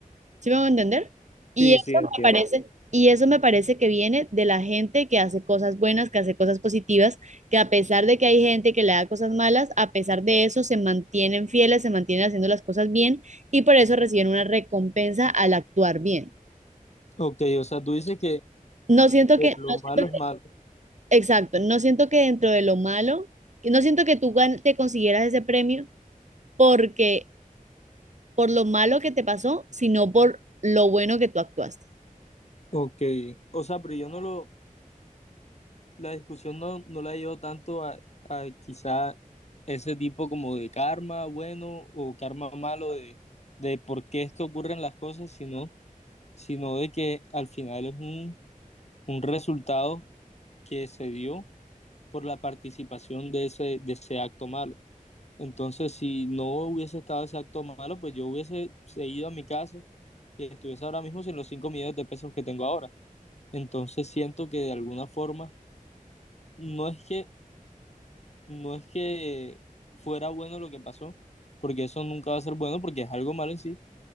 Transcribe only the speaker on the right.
¿Sí me van a entender? Y
eso
me parece, y eso me parece que viene de la gente que hace cosas buenas, que hace cosas positivas, que a pesar de que hay gente que le da cosas malas, a pesar de eso se mantienen fieles, se mantienen haciendo las cosas bien y por eso reciben una recompensa al actuar bien.
No siento
que, no
siento
que-
exacto, no siento que dentro de lo malo, que no siento que tú gan- te consiguieras ese premio porque por lo malo que te pasó, sino por lo bueno que tú actuaste.